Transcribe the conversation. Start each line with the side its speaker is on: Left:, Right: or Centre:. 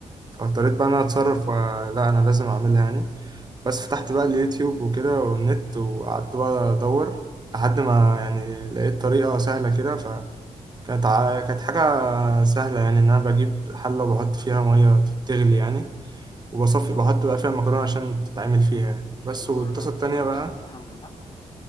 Right: فاضطريت بقى انا اتصرف ولا انا لازم اعملها يعني بس فتحت بقى اليوتيوب وكده والنت وقعدت بقى أدور لحد ما يعني لقيت طريقة سهلة كده فكانت ع... كانت حاجة سهلة يعني إن أنا بجيب حلة وبحط فيها مية تغلي يعني وبصفي بحط بقى فيها المكرونة عشان تتعمل فيها يعني بس
Left: ده مكرونه
Right: والطاسة
Left: ب...
Right: التانية بقى
Left: بصلصه حمرا صح